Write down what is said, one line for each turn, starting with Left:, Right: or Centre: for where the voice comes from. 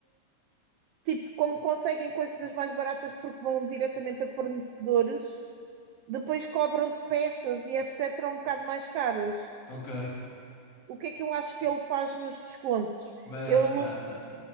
Right: tipo, como conseguem coisas mais baratas porque vão diretamente a fornecedores, depois cobram-te peças e etc. um bocado mais caras.
Left: Ok,
Right: O que é que eu acho que ele faz nos descontos?
Left: vai
Right: Ele
Left: à sucata.